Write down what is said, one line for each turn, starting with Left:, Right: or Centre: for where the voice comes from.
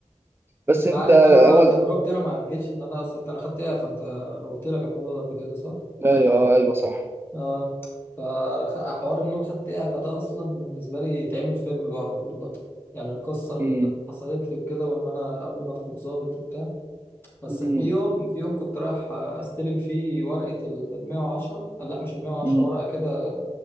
Right: بس
Left: أنت
Right: انت
Left: عارف أنا بقى
Right: هو
Left: تجربتي أنا مع الجيش إن أنا أصلا أنا خدت إعفاء أنت قلت لك الموضوع ده قبل كده صح؟
Right: ايوه آه، ايوه صح
Left: أه فحوار إن أنا خدت إعفاء ده أصلا بالنسبة لي يتعمل فيلم لوحده والله يعني القصة اللي
Right: امم
Left: حصلت لي وكده وإن أنا قبل ما أدخل ضابط وبتاع بس
Right: امم
Left: في يوم في يوم كنت رايح استلم فيه ورقة ال ال 110 لا مش ال 110
Right: امم
Left: ورقة كده